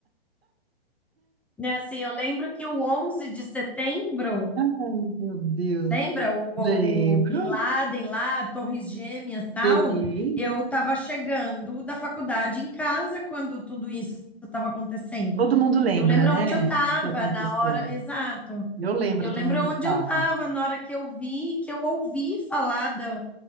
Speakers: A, in the centre; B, on the right.
A: Né, assim, eu lembro que o onze de setembro
B: ai, meu Deus.
A: Lembra o, o-
B: Lembro.
A: o Bin Laden lá, Torres Gêmeas, tal?
B: Sim.
A: Eu estava chegando da faculdade em casa quando tudo isso estava acontecendo.
B: Todo mundo lembra,
A: Eu lembro
B: né?
A: onde eu estava
B: O que aconteceu.
A: na hora, exato.
B: Eu lembro
A: Eu lembro
B: também onde
A: onde
B: eu estava.
A: eu estava na hora que eu vi, que eu ouvi falar da,